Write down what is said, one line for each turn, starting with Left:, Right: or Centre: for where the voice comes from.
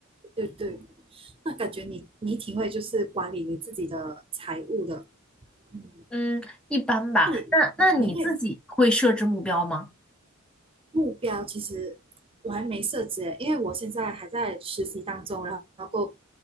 Right: 对对。那感觉你你挺会就是管理你自己的财务的，嗯。
Centre: 嗯，一般吧。
Right: 那你你会
Centre: 那那你自己会设置目标吗？
Right: 目标其实我还没设置耶，因为我现在还在实习当中，然后